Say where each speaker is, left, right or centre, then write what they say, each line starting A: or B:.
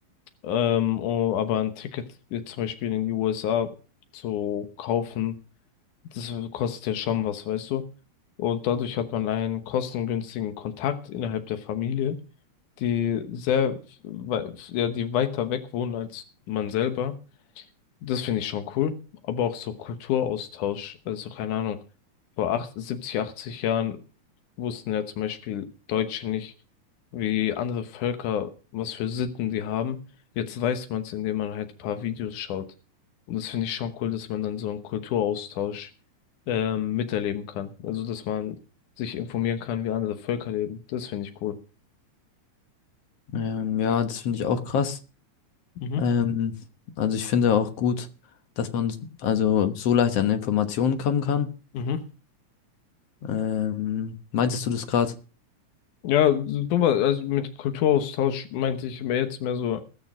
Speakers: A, on the left; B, on the left.
A: Ähm, oh, aber ein Ticket jetzt zum Beispiel in die USA zu kaufen, Das kostet ja schon was, weißt du? Und dadurch hat man einen kostengünstigen Kontakt innerhalb der Familie, die sehr, wei- ja, die weiter weg wohnen als man selber. Das finde ich schon cool. Aber auch so Kulturaustausch, also keine Ahnung. Vor acht, 70 80 Jahren wussten ja zum Beispiel Deutsche nicht, wie andere Völker, was für Sitten die haben. Jetzt weiß man es, indem man halt ein paar Videos schaut. Und das finde ich schon cool, dass man dann so einen Kulturaustausch ähm, miterleben kann. Also, dass man sich informieren kann, wie andere Völker leben. Das finde ich cool.
B: Ähm, ja, das finde ich auch krass.
A: Mhm.
B: Ähm, also ich finde auch gut, dass man s- also so leicht an Informationen kommen kann.
A: Mhm.
B: Ähm, meintest du das gerade?
A: Ja, super, also mit Kulturaustausch meinte ich mehr jetzt mehr so